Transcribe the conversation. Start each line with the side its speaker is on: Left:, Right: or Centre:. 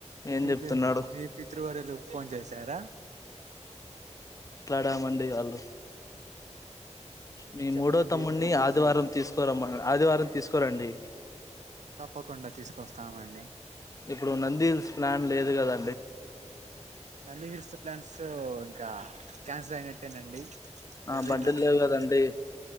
Left: ఏం
Right: మీ
Left: చెప్తున్నాడు
Right: పి మీ పితృవార్యులు ఫోన్ చేశారా
Left: దమండి వాళ్ళు
Right: <inaudible>
Left: మీ
Right: ఈ
Left: మూడో
Right: చెప్పండి
Left: తమ్ముడిని
Right: ఏమిటి విశేషాలు
Left: ఆదివారం తీసుకోరమ్మ ఆదివారం తీసుకోరండి
Right: తప్పకుండా తీసుకొస్తామండి
Left: ఇప్పుడు నందిహిల్స్ ప్లాన్ లేదు కదా
Right: నంది హిల్స్ ప్లాన్స్ ఇంకా క్యాన్సల్ అయినట్టేనండి ప్రజెంట్
Left: ఆ బండులు లేవు కదండి